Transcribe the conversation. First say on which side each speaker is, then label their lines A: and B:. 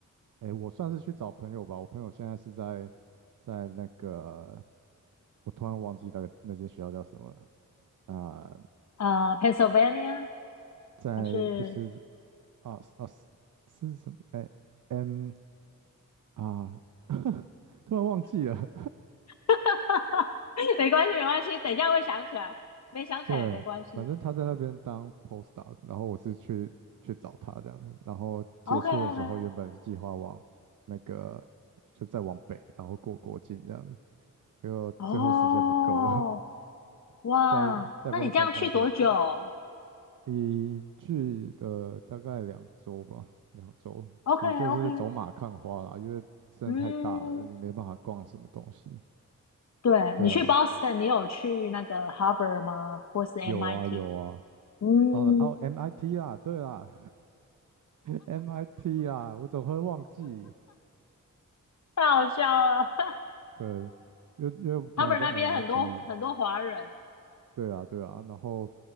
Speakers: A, on the right (about 75°); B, on the left (about 55°).
A: 哎，我算是去找朋友吧。我朋友现在是在在那个，我突然忘记那个那间学校叫什么了啊、
B: 呃，Pennsylvania
A: 在不是
B: 还是
A: 啊啊是什么？哎 m 啊，<laughs> 突然忘记了。
B: <laughs> 没关系，没关系，等一下会想起来，没想起来也没关系。
A: 对，反正他在那边当 postdoc，然后我是去去找他这样子，然后结束的时候原本是计划往那个
B: OK，OK。
A: 就再往北，然后过国境这样子，结果最后时间不够了，
B: 哦，
A: <laughs>
B: 哇，
A: 在在
B: 那你这样去多久
A: Boston 待太久，一去的大概两周吧，两周，
B: ？OK
A: 其实就是走马看花啦，
B: OK，
A: 因为真的太大了，
B: 嗯，
A: 你没办法逛什么东西。
B: 对，
A: 对啊，
B: 你去 Boston，你有去那个 Harvard 吗？或是 MIT？
A: 有啊有啊，
B: 嗯，
A: 哦哦，MIT 啦，对啦，MIT <laughs> 啦，我怎么会忘记。
B: 太好笑了
A: 对，因为因为我朋友在
B: <laughs>，Harvard 那边很多很多华人。
A: MIT，对啊对啊。然后